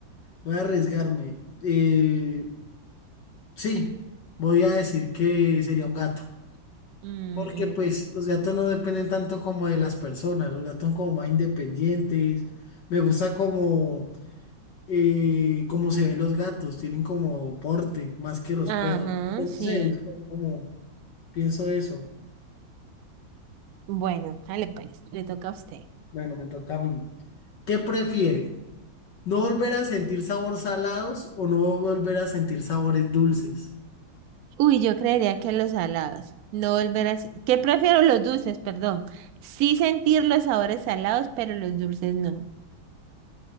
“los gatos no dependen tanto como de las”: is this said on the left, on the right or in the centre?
Left